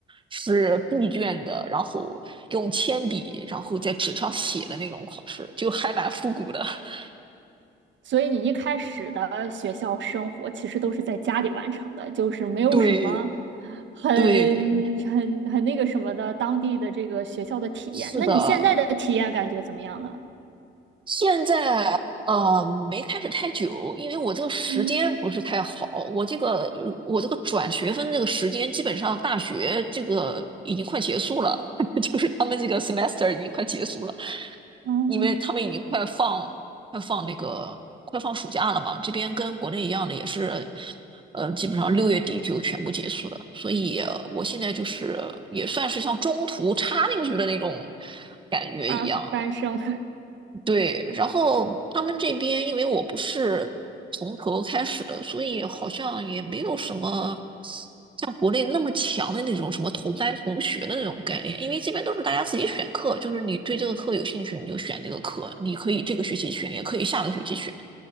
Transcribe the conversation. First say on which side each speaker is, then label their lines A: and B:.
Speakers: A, on the right (about 25°); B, on the right (about 70°).
A: 是闭卷的，然后用铅笔，然后在纸上写的那种考试，就还蛮复古的。<laughs>
B: <laughs> 所以你一开始的学校生活其实都是在家里完成的，就是没有什么
A: 对
B: 很
A: 对，
B: 很很那个什么的当地的这个学校的体验。
A: 是的，
B: 那你现在的体验感觉怎么样呢？
A: 现在呃没开始太久，因为我这个时间不是太好，
B: 嗯，
A: 我这个我这个转学分这个时间基本上大学这个已经快结束了，<laughs> 就是他们这个 semester 已经快结束了，
B: 嗯，
A: 因为他们已经快放快放那个快放暑假了嘛，这边跟国内一样的也是，呃，基本上六月底就全部结束了，所以呃我现在就是也算是像中途插进去的那种感觉一样，
B: 插班生，
A: 对，然后他们这边因为我不是从头开始的，所以好像也没有什么像国内那么强的那种什么同班同学的那种概念，因为这边都是大家自己选课，就是你对这个课有兴趣你就选这个课，你可以这个学期选，也可以下个学期选，